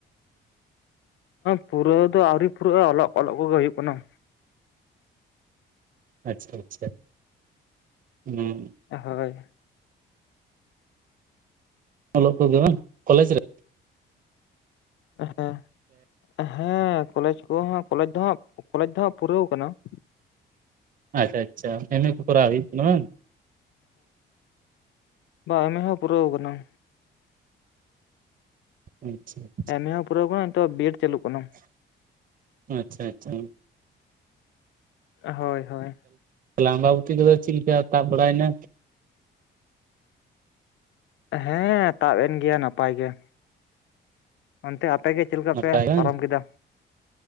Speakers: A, on the left; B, on the right.
A: ᱯᱩᱨᱟᱹᱣ ᱫᱚ ᱟᱹᱣᱨᱤ ᱯᱩᱨᱟᱹᱜᱼᱟ ᱚᱞᱚᱜ ᱚᱞᱚᱜ ᱠᱚᱜᱮ ᱦᱩᱭᱩᱜ ᱠᱟᱱᱟ ᱾
B: ᱟᱪᱪᱷᱟ ᱟᱪᱪᱷᱟ ᱦᱩᱸ ᱾
A: ᱦᱳᱭ ᱾
B: ᱚᱞᱚᱜ ᱠᱚᱜᱮ ᱵᱟᱝ ᱠᱚᱞᱮᱡᱽ ᱨᱮ?
A: ᱦᱮᱸ ᱦᱮᱸ ᱠᱚᱞᱮᱡᱽ ᱠᱚᱦᱚᱸ ᱠᱚᱞᱮᱡᱽ ᱫᱚᱦᱟᱸᱜ ᱠᱚᱞᱮᱡᱽ ᱫᱚᱦᱟᱸᱜ ᱯᱩᱨᱟᱹᱣ ᱟᱠᱟᱱᱟ ᱾
B: ᱟᱪᱪᱷᱟ ᱟᱪᱪᱷᱟ ᱮᱢᱮ ᱠᱚᱨᱟᱣ ᱦᱩᱭᱩᱜ ᱠᱟᱱᱟ ᱵᱟᱝ?
A: ᱵᱟ ᱮᱢᱮ ᱦᱚᱸ ᱯᱩᱨᱟᱹᱣ ᱠᱟᱱᱟ ᱾
B: ᱟᱪᱪᱷᱟ ᱾
A: ᱮᱢᱮ ᱦᱚᱸ ᱯᱩᱨᱟᱹᱣ ᱠᱟᱱᱟ ᱱᱤᱛᱚᱜ ᱵᱤᱮᱰ ᱪᱟᱹᱞᱩᱜ ᱠᱟᱱᱟ ᱾
B: ᱟᱪᱪᱷᱟ ᱟᱪᱪᱷᱟ ᱾
A: ᱦᱳᱭ ᱦᱳᱭ ᱾
B: ᱟᱢᱵᱟᱵᱩᱛᱤ ᱠᱚᱫᱚ ᱪᱮᱫ ᱞᱮᱠᱟ ᱛᱟᱵ ᱵᱟᱲᱟᱭᱮᱱᱟ?
A: ᱦᱮᱸ ᱛᱟᱵ ᱮᱱ ᱜᱮᱭᱟ ᱱᱟᱯᱟᱭ ᱜᱮ ᱾ ᱚᱱᱛᱮ ᱟᱯᱮ ᱜᱮ ᱪᱮᱫ ᱞᱮᱠᱟ
B: ᱱᱟᱯᱟᱭ
A: ᱯᱮ
B: ᱵᱟᱝ
A: ᱯᱟᱨᱚᱢ ᱠᱮᱫᱟ?